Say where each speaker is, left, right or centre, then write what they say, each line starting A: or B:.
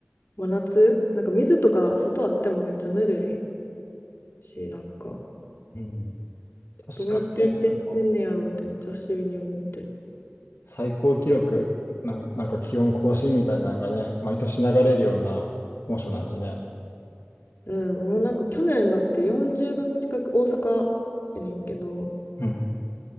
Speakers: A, on the left (about 55°); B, on the left (about 70°).
A: 真夏なんか水とか外あってもめっちゃぬるいし、なんか、
B: うん。確かにね。
A: どうやって生きてってんねやろうってめっちゃ不思議に思ってる。
B: なんか、最高記録、なんなんか気温更新みたいなのがね、毎年流れるような猛暑なのにね。
A: うん、もうなんか去年だって40度近く、大阪やねんけど、
B: うん。